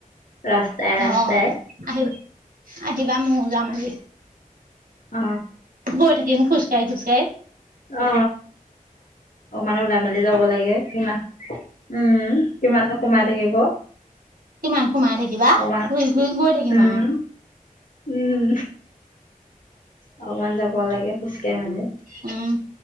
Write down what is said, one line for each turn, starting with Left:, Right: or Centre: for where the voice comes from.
Left: ৰাস্তাই
Right: অ
Left: ৰাস্তাই।
Right: অ আহিবা আহিবা, মই যাম আজি।
Left: অ',
Right: গৈ থাকিম খোজ কাহি খোজ কাহি।
Left: অ। অকমান ওলাই মেলি যাব লাগে। কিমান উম কিমাননো সোমাই থাকিব।
Right: কিমান সোমাই থাকিবা?
Left: অকমান
Right: ঘূৰি ঘূৰি গৈ থাকিম
Left: উম,
Right: আৰু।
Left: উম অকমান যাব লাগে খোজকাঢ়ি মেলি।
Right: উম।